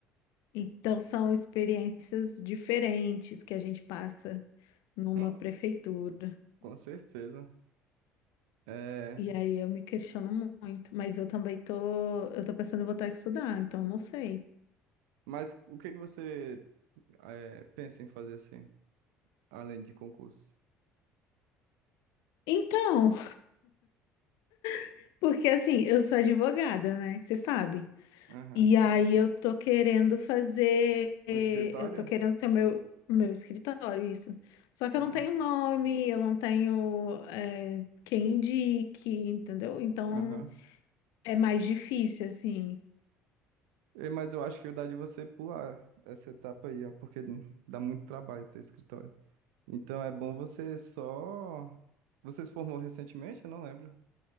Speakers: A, on the left; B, on the right.
A: Então são experiências diferentes que a gente passa numa
B: Hum.
A: prefeitura.
B: Com certeza. É,
A: E aí eu me questiono muito, mas eu também tô, eu tô pensando em voltar a estudar, então eu não sei.
B: mas o que que você é, pensa em fazer assim, além de concurso?
A: Então, <laughs> porque assim, eu sou advogada, né? Você sabe.
B: Aham.
A: E aí eu tô querendo fazer,
B: Um escritório?
A: eu tô querendo ter o meu, o meu escritório, isso. Só que
B: Ah,
A: eu não tenho nome, eu não tenho é, quem indique, entendeu? Então
B: aham.
A: é mais difícil, assim.
B: E- Mas eu acho que dá de você pular essa etapa aí, ó, porque dá muito trabalho ter escritório. Então é bom você só. Você se formou recentemente? Eu não lembro.